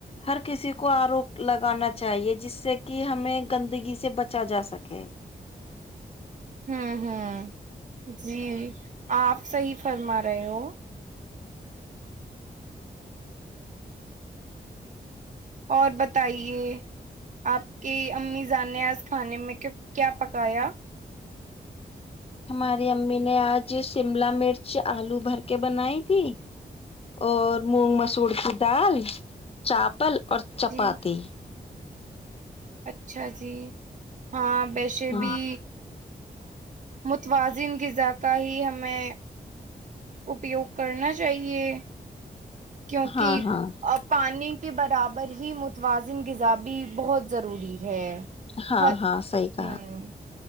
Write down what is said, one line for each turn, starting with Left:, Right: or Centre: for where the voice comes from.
Left: ہر کسی کو آروپ لگانا چاہیے جس سے کہ ہمیں گندگی سے بچا جا سکے
Right: ہوں ہوں جی آپ صحیح فرما رہے ہو اور بتائیے آپ کی امیزان نے آج کھانے میں کیا پکایا
Left: ہماری امی نے آج شملہ مرچ آلو بھر کے بنائی تھی اور مونگ مسور کی دال چاپل اور چپاتاتی
Right: جی اچھا جی ہاں ویسے
Left: ہ
Right: بھی متوازن غذا کا ہی ہمیں اپیوگ کرنا چاہیے کیونکہ
Left: ہاں ہاں
Right: ا پانی کے برابر ہی متوازن غذا بھی بہت ضروری ہے
Left: ہاں
Right: ہر
Left: ہاں صحی کہا
Right: ہوں